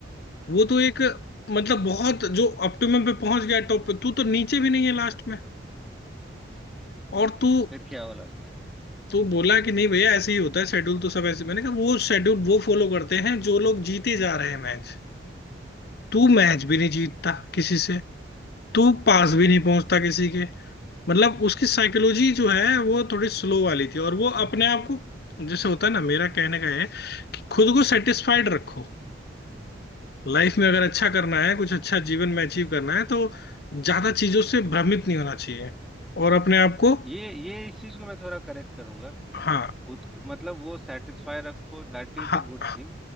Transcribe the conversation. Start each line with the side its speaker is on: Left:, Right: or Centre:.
Left: वो तो एक मतलब बहुत जो ऑप्टिमम पे पहुंच गया टॉप पे तू तो नीचे भी नहीं है लास्ट में और तू
Centre: फिर क्या बोला उसने
Left: तू बोला कि नहीं भैया ऐसे ही होता है शेड्यूल तो सब ऐसे मैंने कहा वो शेड्यूल वो फॉलो करते हैं जो लोग जीते जा रहे हैं मैच तू मैच भी नहीं जीतता किसी से तू पास भी नहीं पहुंचता किसी के मतलब उसकी साइकोलॉजी जो है वो थोड़ी स्लो वाली थी और वो अपने आप को जैसे होता है ना मेरा कहने का है कि खुद को सेटिस्फाइड रखो लाइफ में अगर अच्छा करना है कुछ
Centre: हाँ
Left: अच्छा जीवन में अचीव करना है तो ज्यादा चीजों से भ्रमित नहीं होना चाहिए और अपने आप को
Centre: ये ये इस चीज को मैं थोड़ा करेक्ट करूंगा
Left: हाँ
Centre: खुद को- मतलब वो सेटिस्फाई रखो that
Left: हाँ
Centre: is a good thing